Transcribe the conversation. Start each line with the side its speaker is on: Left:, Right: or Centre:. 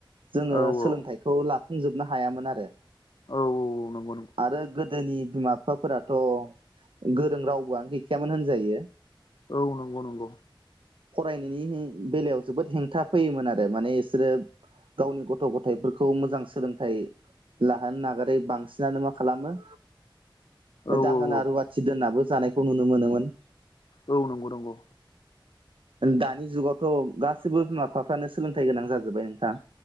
Right: जोङो
Left: औ औ
Right: सोलोंथाइखौ
Left: औ
Right: लाफुंजोबनो हायामोन आरो।
Left: औ औ नंगौ नंगौ
Right: आरो गोदोनि बिमा बिफाफोराथ' गोरों रावबोआनो गैखायामोन होनजायो।
Left: औ नंगौ नंगौ।
Right: फरायनायनि बेलायाव जोबोद हेंथा फैयोमोन आरो माने बिसोरो गावनि गथ' गथायफोरखौ मोजां सोलोंथाइ लाहोनो नागारै बांसिनानो मा खालामो
Left: औ
Right: दाहोना
Left: औ
Right: रुवाथि दोननाबो जानायखौ नुनो मोनोमोन।
Left: औ नंगौ नंगौ।
Right: दानि जुगावथ' गासिबो बिमा बिफाफ्रानो सोलोंथाइ गोनां जाजोब्बाय नोंथां।